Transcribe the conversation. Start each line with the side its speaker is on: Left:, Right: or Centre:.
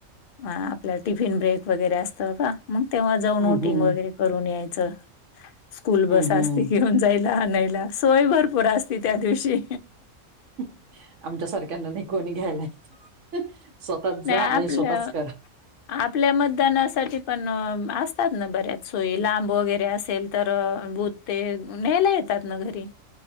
Left: आपल्या टिफिन ब्रेक वगैरे असतं का? मग तेव्हा जाऊन
Right: हम्म
Left: बोटिंग
Right: हम्म
Left: वगैरे करून यायचं. स्कूल
Right: हम्म
Left: बस असती
Right: हम्म
Left: घेऊन जायला आनायला. सोय भरपूर असती त्या दिवशी.
Right: <inaudible> आमच्या सारख्यांना नाही कोणी घ्यायलाय येत. स्वतःच
Left: नाही
Right: जा
Left: आपलं
Right: आणि स्वतःच करा.
Left: आपल्या मतदानासाठी पण असतात ना बऱ्याच सोयी. लांब वगैरे असेल? तर बूत ते न्यायला येतात ना घरी.